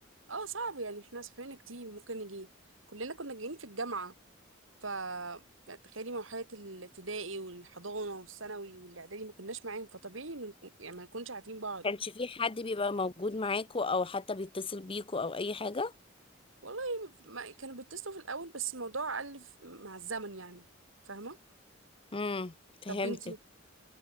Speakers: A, on the right; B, on the left.
A: اه صعب يعني احنا سافرنا كتير ممكن نجي كلنا كنا جايين في الجامعه ف تخيلي مرحله الابتدائي والحضانه والثانوي والاعدادي ما كناش معاهم فطبيعي إن- يعني ما نكونش عارفين بعض
B: كانش في حد بيبقى موجود معاكو او حتى بيتصل بيكو او اي حاجه
A: والله ما كانوا بيتصلوا في الاول بس الموضوع قل ف- مع الزمن يعني فاهمه
B: امم فهمتك
A: طب وانتي